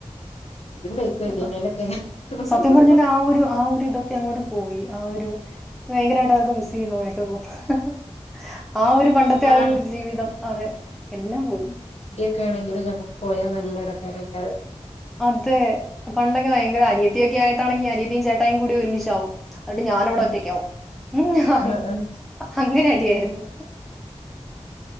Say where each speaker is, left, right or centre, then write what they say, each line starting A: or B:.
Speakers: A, on the left (about 65°); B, in the centre.
A: ഇജ്ജും പൊയ്ക്കോ
B: ലേ
A: ഏതേനേലൊക്കെ
B: സത്യം പറഞ്ഞ ആ ഒരു ഇതൊക്കെ അങ്ങ് പോയി ഭയങ്കരയിട്ട് അവൾക്ക് മിസ്സ് ചെയ്യുന്നു ഓ ഹഹ ആ ഒരു പണ്ടത്തെ
A: ആണ്
B: ജീവിതം എല്ലാം പോയി!
A: ഒക്കെനെങ്കിലും പോയ നല്ല ഇടങ്ങേരേക്കരം
B: അതെ പണ്ടൊക്കെ അനിയത്തി ഒക്കെ ആയിട്ട് അനിയത്തിയും ചേട്ടയിയും ഒരുമിച്ച് ആവും എന്നിട്ട് ഞാൻ ഇവിടെ
A: ഉം
B: ഒറ്റക്കി ആവും മ്മ്ഹ
A: ആഹ് ആഹ്
B: അങ്ങനെ അടി ആയിരുന്നു